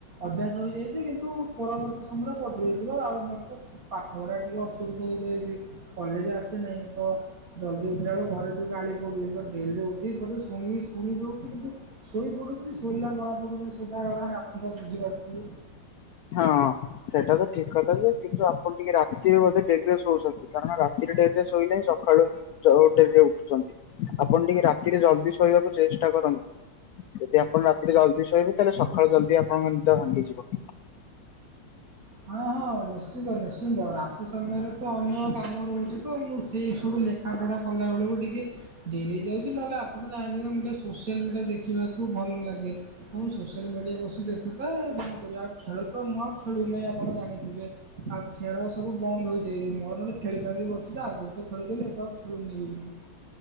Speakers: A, on the right; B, on the left.
A: ଅଭ୍ୟାସ ହେଇଯାଇଛି କିନ୍ତୁ ପରବର୍ତ୍ତୀ ସମୟରେ ବଦଳେଇଯିବ ଆଉ ମୋର ତ ପାଠ ପଢା ଟିକେ ଅସୁବିଧା ହେଇଯାଏ ଯେ କଲେଜ ଆସେ ନାହିଁ। ତ ଜଲ୍ଦି ଉଠିଲା ବେଳେ ଘରେ ଯୋଉ ଗାଳି ପଡୁଛି ତ ଡେରିରେ ଉଠି ପ ଶୁଣି ଶୁଣି ଦେଉଛି କିନ୍ତୁ ଶୋଇପଡୁଛି ଶୋଇଲା ଜଣାପଡୁନି ସିଧା ଆପଣଙ୍କ ତବୁଝିପାରୁଥିବେ।
B: ହଁ ସେଟା ତ ଠିକ କଥା ଯେ କିନ୍ତୁ ଆପଣ ଟିକେ ରାତିରେଅଧେ ଡେରିରେ ଶଉଛନ୍ତି କାରଣ ରାତିରେ ଡେରିରେ ଶୋଇଲେିଁ ସକାଳୁ ହିଁ ଯୋଉ ଡେରି ରେ ଉଠୁଛନ୍ତି ଆପଣ ଟିକେ ରାତିରେ ଜଲଦି ଶୋଇବାକୁ ଚେଷ୍ଟା କରନ୍ତୁ। ଯଦି ଆପଣ ରାତିରେ ଜଲଦି ଶୋଇବେୁ ତାହେଲେ ସକାଳୁ ଜଲଦି ଆପଣଙ୍କ ନିଦ ଭାଙ୍ଗିଯିବ।
A: ହଁ ହଁ ନିଶ୍ଚିନ୍ତ ନିଶ୍ଚିନ୍ତ ରା ସେ ସମୟରେ ତ ଅନ୍ୟ କାମ ରହୁଛି ତ ମୁଁ ସେଇସବୁ ଲେଖାପଢ଼ା କଲାବେଳକୁ ଟିକିଏ ଡେରି ଯାଉଛି ନହେଲେ ଆପଣ ତ ଜାଣେଁ ଟିକେ ସୋସିଆଲ ମିଡ଼ିଆ ଦେଖିବାକୁ ଭଲ ଲାଗେ। ହଁ ମୁଁ ସୋସିଆଲ ମିଡ଼ିଆ ବସି ଦେଖୁ ତ କଣ କରିବି ଆଉ ଖେଳୁ ତ ମୁଁ ଆଉ ଖେଳୁନାହିଁ ଆପଣ ଜାଣିଥିବେ। ଆଉ ଖେଳ ସବୁ ବନ୍ଦ ହେଇଯାଇଛି ମୋର ନରେ ଖେଳିଥାନ୍ତି ବସିକି ଆଗରୁ ତ ଖେଳୁଥିଲଥିଲେ ଏବେ ଆଉ ଖେଳୁନି ବି ମୁଁ